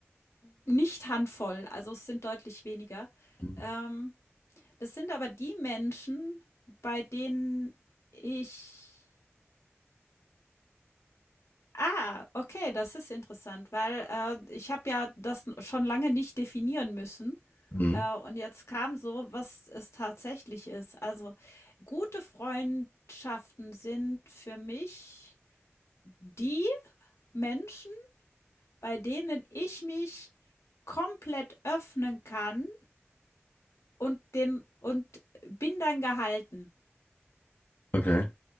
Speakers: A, on the left; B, on the left.
A: nicht Handvoll, also es sind deutlich weniger.
B: Mhm.
A: Ähm, das sind aber die Menschen, bei denen ich Ah, okay, das ist interessant, weil äh, ich habe ja das schon lange nicht definieren müssen.
B: Mhm,
A: Äh, und jetzt kam so, was es tatsächlich ist. Also, gute Freundschaften sind für mich die Menschen, bei denen ich mich komplett öffnen kann und den und bin dann gehalten.
B: Okay.